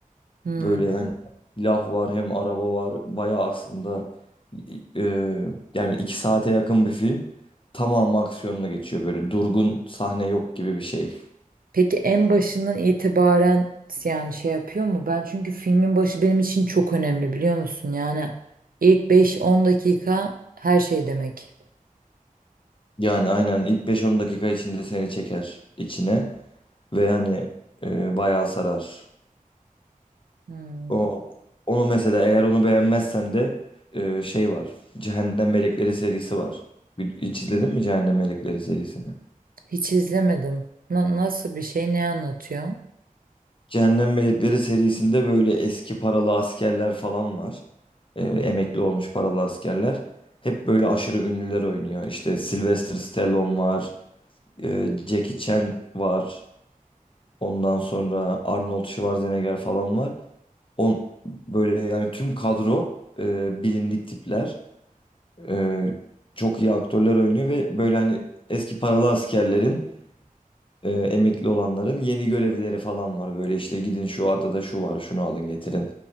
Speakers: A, on the right (about 80°); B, on the left (about 35°).
A: Hmm.
B: Böyle hani silah var hem araba var. Bayağı aslında e, yani iki saate yakın bir film. Tamamı aksiyonla geçiyor böyle durgun sahne yok gibi bir şey.
A: Peki en başından itibaren yani şey yapıyor mu? Ben çünkü filmin başı benim için çok önemli biliyor musun? Yani ilk beş on dakika her şey demek.
B: Yani aynen ilk beş on dakika içinde seni çeker içine ve yani e, bayağı sarar.
A: Hmm.
B: O onu mesela eğer onu beğenmezsen de e, şey var. Cehennem Melekleri serisi var. Bir- Hiç izledin mi Cehennem Melekleri serisini?
A: Hiç izlemedim. Na- nasıl bir şey, ne anlatıyor?
B: Cehennem Melekleri serisinde böyle eski paralı askerler falan var. E, emekli olmuş paralı askerler. Hep böyle aşırı ünlüler oynuyor. İşte Sylvester Stallone var, e, Jackie Chan var. Ondan sonra Arnold Schwarzenegger falan var. On böyle yani tüm kadro e, bilindik tipler. E, çok iyi aktörler oynuyor ve böyle hani eski paralı askerlerin e, emekli olanların yeni görevleri falan var. Böyle işte gidin şu adada şu var, şunu alın getirin